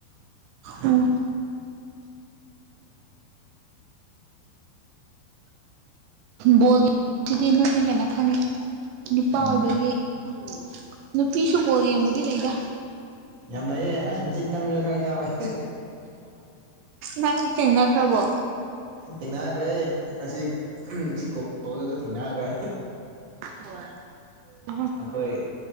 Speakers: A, on the right; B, on the right.
A: ꯎꯝ ꯕꯣꯜꯒꯤ ꯁꯤꯗꯤ ꯅꯣꯏꯅ ꯍꯦꯟꯅ ꯈꯪꯉꯤ ꯅꯨꯄꯥ
B: ꯎꯝ
A: ꯑꯣꯏꯕꯒꯤ ꯎꯝ ꯅꯨꯄꯤꯁꯨꯨ ꯕꯣꯜ ꯌꯦꯡꯕꯗꯤ ꯂꯩꯗ
B: ꯌꯥꯝ ꯂꯩꯥꯌꯦ ꯑꯁ ꯃꯆꯤꯟ ꯀꯟꯕꯁꯨ ꯈꯔ ꯌꯥꯎꯋꯦ
A: ꯅꯪ ꯊꯦꯡꯅꯈ꯭ꯔꯕꯣ
B: ꯊꯦꯡꯅꯈ꯭ꯔꯦ ꯑꯁꯤ ꯁꯤ ꯀꯣꯜꯗꯒ ꯊꯦꯡꯅꯈ꯭ꯔꯦ
A: ꯍꯣꯢ ꯑꯍꯣ
B: ꯑꯩꯈꯣꯏ